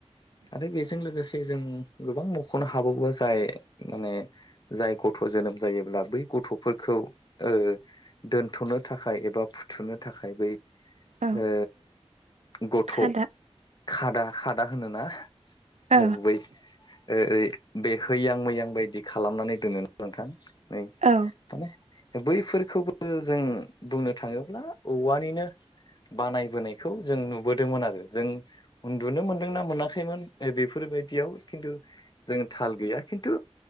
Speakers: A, on the left; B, on the right.
A: आरो बेजों लोगोसे जों गोबां मख'नो हाबावो जाय माने जाय गथ' जोनोम जायोब्ला बै गथ'फोरखौ ओ दोनथ'नो थाखाय एबा फुथुनो थाखाय बै
B: औ
A: ओ गथ'
B: खादा
A: खादा खादा होनोना,
B: औ
A: ओ बै ओ ओय बे हैैयां मैयां बायदि खालामनानै दोनो ना नोंथां। नै माने
B: औ
A: बैफोरखौबो जों बुंनो थाङोब्ला औवानिनो बानायबोनायखौ जों नुबोदोंमोन आरो जों उन्दुनो मोनदोंना मोनाखैमोन नै बेफोर बायदियाव खिन्थु जों थाल गैया खिन्थु